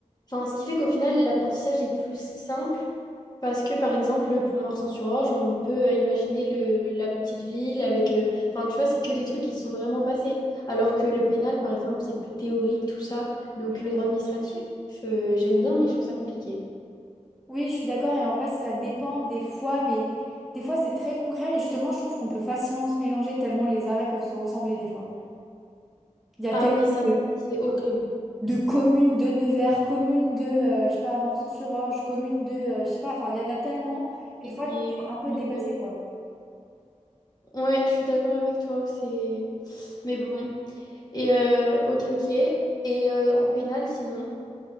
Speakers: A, on the left; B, in the centre.
A: enfin, ce qui fait qu'au final, l'apprentissage est plus simple parce que, par exemple, pour Morsan-sur-Orge, on peut euh, imaginer le, la petite ville avec... euh, Enfin, tu vois, c'est que des trucs qui se sont vraiment passés. Alors que le pénal, par exemple, c'est plus théorique, tout ça. Donc, le droit administratif, euh, j'aime bien, mais je trouve ça compliqué.
B: Oui, je suis d'accord et en vrai, ça dépend des fois, mais des fois c'est très concret, mais justement, je trouve qu'on peut facilement se mélanger tellement les arrêts peuvent se ressembler des fois. Il y a
A: Ah
B: tellement.
A: oui, ça, par
B: de-
A: contre, c'est horrible.
B: de communes de Nevers, communes de, euh, je sais pas, Morsan-sur-Orge, communes de, euh, je sais pas, enfin, il y en a tellement. Des fois,
A: Lié,
B: t'es
A: commune
B: un peu dépassé,
A: de-
B: quoi.
A: Ouais, je suis d'accord avec toi, c'est... Mais bon. Et, euh, ok, ok. Et euh, en pénal, sinon?